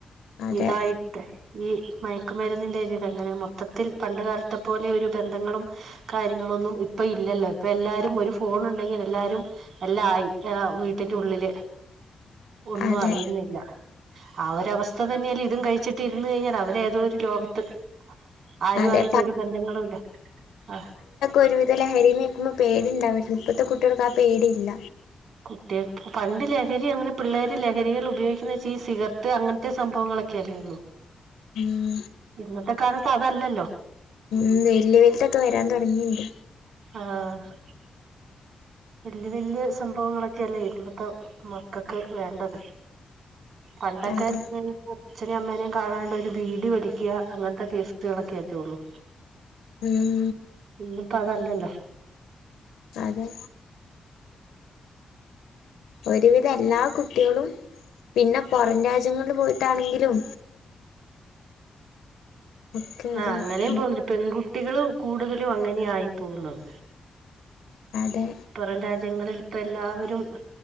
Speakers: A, on the left; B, on the right.
A: അതെ
B: ഇതായി ട്ട് ഈ മയക്കുമരുന്നിന്റെ ഒരിതങ്ങനെ മൊത്തത്തിൽ പണ്ട് കാലത്തെ പോലെ ഒരു ബന്ധങ്ങളും കാര്യങ്ങളൊന്നും ഇപ്പ ഇല്ലല്ലോ ഇപ്പൊ എല്ലാരും ഒരു ഫോൺ ഉണ്ടെങ്കി എല്ലാരും എല്ലാം ആയി ആ വീട്ടിന്റെ ഉള്ളില് ഒന്നും
A: അതെ
B: അറിയുന്നില്ല ആ ഒരുവസ്ഥ തന്നെയല്ലേ ഇതും കഴിച്ചിട്ട് ഇര്ന്ന് കഴിഞ്ഞാല് അവരേതോ ഒരു ലോകത്ത്. ആരു
A: അതെ
B: ആയിട്ട് ഒരു ബന്ധങ്ങളും ഇല്ല ആഹ്
A: ഒരുവിധം ലഹരിന്ന് കേക്കുമ്പോ പേടി ഇണ്ടാവായിരുന്നു ഇപ്പോഴത്തെ കുട്ടികൾക്ക് ആ പേടില്ല.
B: കുട്ടികൾ പണ്ട് ലഹരി അങ്ങനെ പിള്ളേടെ ലഹരികൾ ഉപയോഗിക്കുന്ന വെച്ചാ ഈ സിഗർത്ത് അങ്ങനത്തെ സംഭവങ്ങളൊക്കെ ല്ലേള്ള
A: ഉം
B: ഇന്നത്തെ കാലത്ത് അതല്ലല്ലോ
A: ഉ വലിയ വലത്തൊക്കെ വരാൻ തുടങ്ങിയിുണ്ട്
B: ആഹ വല് വല്യ സംഭവങ്ങളൊക്കെയല്ലേ ഇന്നത്തെ മക്കൾക്ക് വേണ്ടത് പണ്ടൊക്കെ
A: അതെ
B: അച്ഛനയും അമ്മേനേയും കാണാണ്ട ഒരു വീഡ വലിക്കുക അങ്ങനത്തെ കേസുകളൊക്കെ ആറ്റേള്ളു
A: ഉം
B: ഇന്നും പ അതല്ലല്ലോ
A: അതെ ഒരുവിധ എല്ലാ കുട്ടികളും പിന്നെ പുറം രാജ്യങ്ങളിൽ പോയിട്ടാണെങ്കിലും ഒക്കെ ഒരുവിധം
B: ആ അങ്ങനെയും
A: ഉം
B: പോന്നുണ്ട് പെൺകുട്ടികൾ കൂടുതലും അങ്ങനെയയി പോകുന്നത്
A: അതെ
B: പ്പുറം രാജ്യങ്ങളിൽ ഇപ്പ എല്ലാവരും